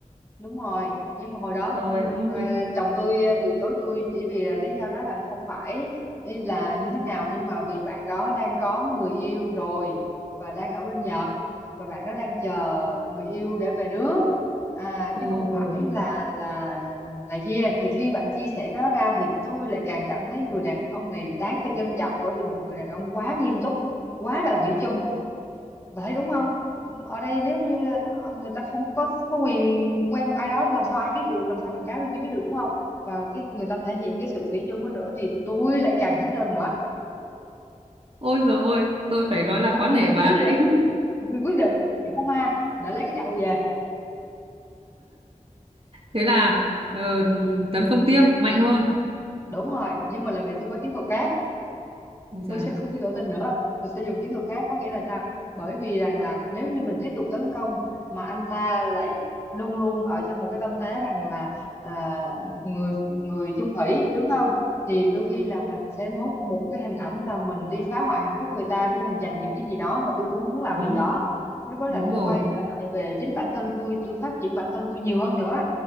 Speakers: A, on the left; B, on the right.
A: đúng rồi nhưng mà hồi đó
B: trời
A: ừm,
B: ơi
A: ờ, chồng tôi ờ, từ chối tôi chỉ vì là lý do nói rằng không phải là như thế nào nhưng mà vì bạn đó đang có người yêu rồi và đang ở bên Nhật và bạn đó đang chờ người yêu để về nước à,
B: Ồ,
A: chứ không phải là là này kia thì khi bạn chia sẻ cái đó ra thì tôi lại càng cảm thấy người đàn ông này đáng phải trân trọng bởi vì một người đàn ông quá nghiêm túc quá là thủy chung vậy đúng không ở đây nếu như ờ, người ta không có có quyền quen một ai đó làm sao ai biết được làm sao bạn gái bên kia biết được đúng không và cái người ta thể hiện cái sự thủy chung ấy nữa thì tôi lại càng thích hơn nữa
B: ôi rồi ôi, tôi phải nói là
A: tôi
B: quá nể bà
A: quyết
B: đấy.
A: định tôi quyết định nhổ hoa để lấy cái chậu về
B: Thế là ờ, tấn công tiếp mạnh hơn.
A: đúng rồi nhưng mà lần này tôi có chiến thuật khác
B: Ôi
A: tôi
B: dạ,
A: sẽ không có biểu tình nữa tôi sẽ dùng chiến thuật khác có nghĩa là sao bởi vì rằng là nếu như mình tiếp tục tấn công mà anh ta lại luôn luôn ở trong một cái tâm thế rằng là à, người người chung thủy đúng không thì đôi khi là mình sẽ mất một cái hình ảnh là mình đi phá hoại hạnh phúc người ta để mình giành được cái gì đó mà tôi cũng muốn làm
B: đúng,
A: điều đó lúc đó là
B: đúng
A: tôi
B: rồi.
A: quay trở lại về chính bản thân tôi tôi phát triển bản thân tôi nhiều hơn nữa